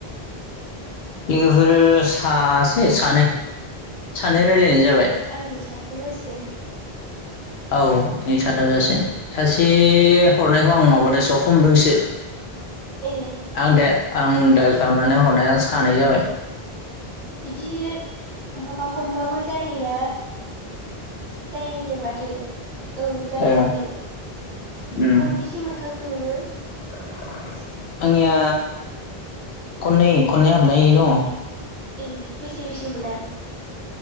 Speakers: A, on the left (about 80°); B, in the centre.
A: आंङो लोगोफोर सासे सानै सानै
B: ए
A: रायलायनाय जाबाय।
B: आंजों साथाम जासिगोन
A: औ नोंजों साथाम जासिगोन। सासे हरनायखौ आं माबादोंसो आं हमदोंसो
B: ए
A: आं दाया आं दाइल खालामनानै हरनाया सानै जाबाय
B: बिदि माबा हमबाबो जायोना जायो होनदों माथो औ जायो
A: ओ
B: होन्दों
A: उम
B: खनबैसे मोनखांखो नोंङो
A: <inaudible> आंनिया खननै खननै हाबनाय दङ
B: ए बेसे बेसे मोना